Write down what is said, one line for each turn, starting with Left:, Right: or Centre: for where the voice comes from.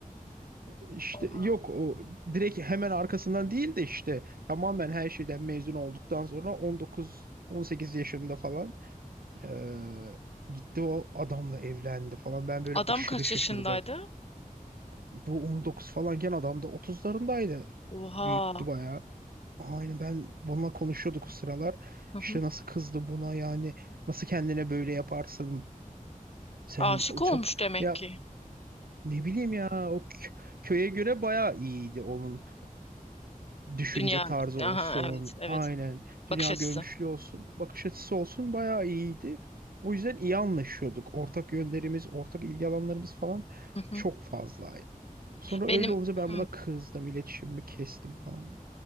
Right: İşte
Left: <laughs> Oha.
Right: yok o direkt hemen arkasından değil de işte tamamen her şeyden mezun olduktan sonra 19 18 yaşında falan ee, gitti o adamla evlendi falan. Ben böyle
Left: Adam
Right: aşırı
Left: kaç
Right: şaşırdım.
Left: yaşındaydı?
Right: Bu 19 falanken adam da 30'larındaydı.
Left: Oha.
Right: Büyüktü bayağı. Aynen ben bununla konuşuyorduk o sıralar.
Left: Hı
Right: İşte
Left: hı.
Right: nasıl kızdı buna yani nasıl kendine böyle yaparsın sen
Left: Aşık
Right: o
Left: olmuş
Right: çok
Left: demek
Right: ya
Left: ki.
Right: ne bileyim ya o kö- köye göre bayağı iyiydi onun e, düşünce
Left: Dünya.
Right: tarzı
Left: Aha
Right: olsun
Left: evet evet.
Right: aynen dünya
Left: Bakış açısı.
Right: görmüşlüğü olsun bakış açısı olsun bayağı iyiydi. O yüzden iyi anlaşıyorduk. Ortak yönlerimiz, ortak ilgi alanlarımız falan
Left: Hı hı.
Right: çok fazlaydı. Sonra
Left: Benim
Right: öyle olunca ben buna
Left: hı.
Right: kızdım, iletişimimi kestim falan.